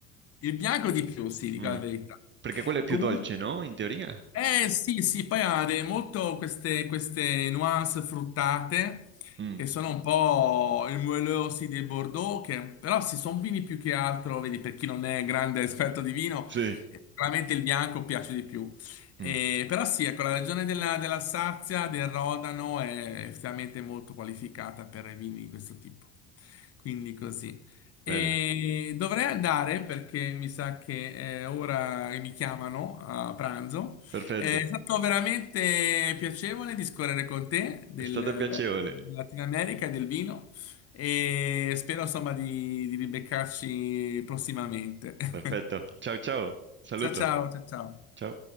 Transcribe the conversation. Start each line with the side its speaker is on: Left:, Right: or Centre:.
Left: Il bianco di più, sì, dico
Right: Mm.
Left: la verità.
Right: Perché quello è più
Left: Comunque.
Right: dolce, no? In teoria?
Left: Eh sì, sì, poi ha de- molto queste, queste nuance fruttate
Right: Mm.
Left: che sono un po' i muellosi dei Bordeaux, che però sì, sono vini più che altro, vedi, per chi non è grande esperto di vino,
Right: Sì.
Left: eh, sicuramente il bianco piace di più. Eh,
Right: Mm.
Left: però sì, ecco, la regione della, dell'Alsazia, del Rodano, è effettivamente molto qualificata per i vini di questo tipo. Quindi così.
Right: Bello.
Left: E dovrei andare perché mi sa che è ora che mi chiamano a pranzo.
Right: Perfetto.
Left: È stato veramente piacevole discorrere con te del
Right: È stato piacevole.
Left: della Latina America e del vino e spero insomma di, di ribeccarci prossimamente.
Right: Perfetto.
Left: <laughs>
Right: Ciao, ciao. Saluto.
Left: Ciao ciao, ciao ciao.
Right: Ciao.